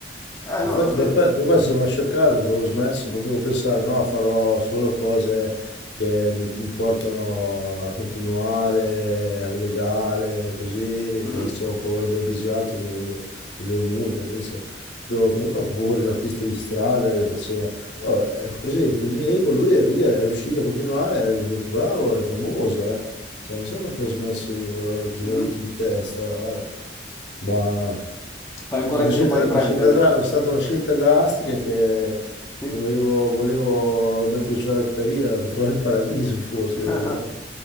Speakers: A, on the left; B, on the left.
A: Eh no,
B: Infatti
A: davvero.
B: per, que- per questo sono scioccato che avevo smesso, potevo pensare no, farò solo cose che mi, mi portano a continuare, legale, così,
A: Mhm,
B: che adesso ho paura del besiato, delle, delle multe, invece potevo pensare, ho paura di un artista di strada che faceva, oh, ecco, per esempio il Nico, lui eh, vedi, è riuscito a continuare, è diventato bravo, è famoso, eh. Cioè, non so perché ho smesso io, cosa
A: mhm.
B: mi è venuto in testa, guarda. ma...
A: Fai ancora
B: La
A: in
B: scelta,
A: tempo a riprendere.
B: la scelta dra- è stata una scelta drastica che,
A: Sì.
B: che volevo, volevo mettere sulla retta via per trovare il paradiso, forse,
A: <laughs>
B: non lo so.